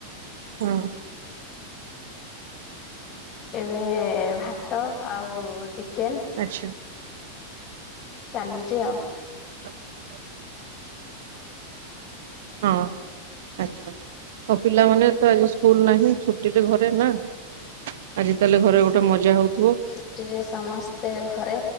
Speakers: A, on the right (about 55°); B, on the left (about 35°).
A: ହୁଁ।
B: ଏବେ ଭାତ ଆଉ ଚିକେନ୍।
A: ଆଚ୍ଛା।
B: ଚାଲିଚି ଆଉ।
A: <unintelligible> ହଁ ଆଚ୍ଛା। ହଉ ପିଲାମାନେ ତ ଆଜି ସ୍କୁଲ ନାହିଁ ଛୁଟିରେ ଘରେ ନା ଆଜି ତାହେଲେ ଘରେ ଗୋ ମଜା ହଉଥିବ।
B: ପାର୍ଟି ରେ ସମସ୍ତେ ଘରେ